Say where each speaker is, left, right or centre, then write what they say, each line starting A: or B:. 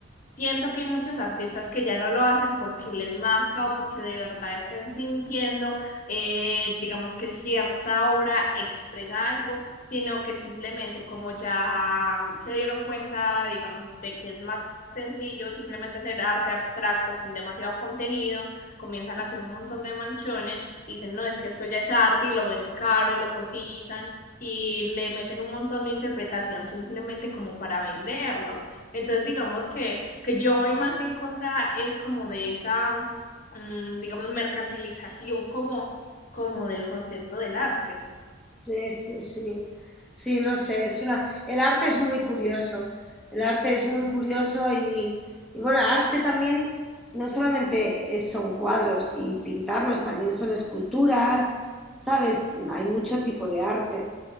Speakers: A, on the left (about 45°); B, in the centre.
A: Siento que hay muchos artistas que ya no lo hacen porque les nazca o porque de verdad estén sintiendo, eh, digamos que cierta obra expresa algo, sino que simplemente como ya mm, se dieron cuenta, digamos, de que es más sencillo simplemente hacer arte abstracto sin demasiado contenido, comienzan a hacer un montón de manchones, dicen, no, es que esto ya es arte y lo ven caro y lo cotizan. Y le meten un montón de interpretación simplemente como para venderlo. Entonces, digamos que, que yo voy más en contra es como de esa, mm, digamos, mercantilización como, como del concepto del arte.
B: Sí, sí, sí. Sí, no sé, es una... El arte es muy curioso. El arte es muy curioso y, y bueno, arte también no solamente es- son cuadros y pintarlos, también son esculturas, ¿sabes? Hay mucho tipo de arte.